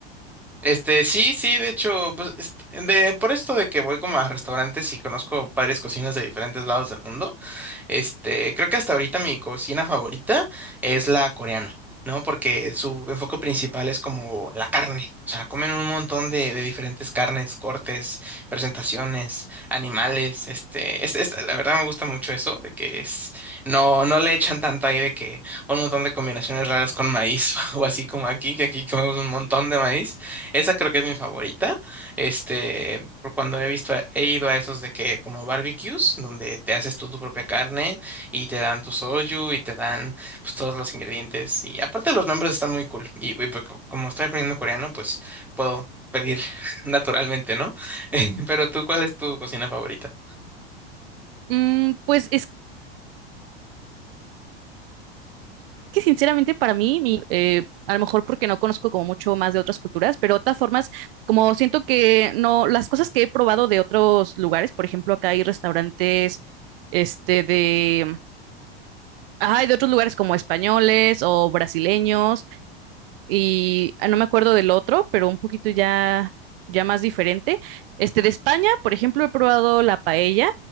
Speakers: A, in the centre; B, on the right (about 65°).
A: Este, sí, sí, de hecho, pues, este, de, por esto de que voy como a restaurantes y conozco varias cocinas de diferentes lados del mundo. Este, creo que hasta ahorita mi cocina favorita es la coreana, ¿no? Porque su enfoque principal es como la carne. O sea, comen un montón de, de diferentes carnes, cortes, presentaciones, animales. Este, es, es- la verdad me gusta mucho eso, de que es, no, no le echan tanto ahí de que un montón de combinaciones raras con maíz <laughs> o así como aquí, que aquí comemos un montón de maíz. Esa creo que es mi favorita. Este, por cuando he visto, he ido a esos de que como barbecues, donde te haces tú tu propia carne y te dan tu soyu y te dan pues todos los ingredientes. Y aparte los nombres están muy cool. Y, y, pues, co- como estoy aprendiendo coreano, pues puedo pedir <laughs> naturalmente, ¿no? <laughs> Pero tú, ¿cuál es tu cocina favorita?
B: Mm, pues es que sinceramente para mí, mi, eh, a lo mejor porque no conozco como mucho más de otras culturas, pero otras formas, como siento que no, las cosas que he probado de otros lugares, por ejemplo, acá hay restaurantes, este, de, ay, de otros lugares como españoles o brasileños y ah, no me acuerdo del otro, pero un poquito ya, ya más diferente. Este de España, por ejemplo, he probado la paella